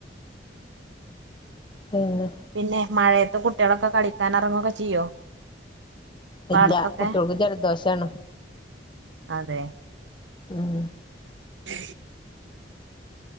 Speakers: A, on the left (about 25°); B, on the right (about 85°).
A: പിന്നെ
B: പിന്നെ മഴയത്ത് കുട്ടികളൊക്കെ കളിക്കാൻ ഇറങ്ങൊക്കെ ചെയ്യോ പാടത്തൊക്കെ
A: ഇല്ല കുട്ടികൾക്ക് ജലദോഷാണ്
B: അതെ
A: ഉം
B: <inaudible>